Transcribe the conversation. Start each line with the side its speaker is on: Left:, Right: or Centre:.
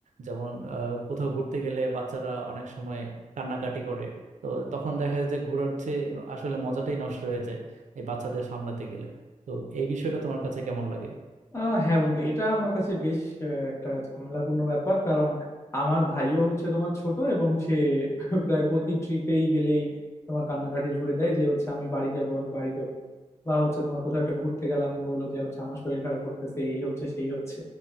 Right: যেমন আহ, কোথাও ঘুরতে গেলে বাচ্চারা অনেক সময় কান্নাকাটি করে তো তখন দেখা যায় যে ঘোরার চেয়ে আসলে মজাটাই নষ্ট হয়ে যায় এই বাচ্চাদের সামলাতে গেলে তো এই বিষয়টা তোমার কাছে কেমন লাগে
Left: আহ হ্যাঁ বন্ধু এটা আমার কাছে বেশ আহ, একটা ঝামেলাপূর্ণ ব্যাপার কারণ আমার ভাইও হচ্ছে তোমার ছোট এবং সে <laughs> প্রায় প্রতি ট্রিপেই গেলেই তোমার কান্নাকাটি জুড়ে দেয় যে হচ্ছে আমি বাড়ি যাব আমি বাড়ি যাব বা হচ্ছে তোমার কোথাও একটা ঘুরতে গেলাম বলে যে হচ্ছে আমার শরীর খারাপ করতেছে এই হচ্ছে সেই হচ্ছে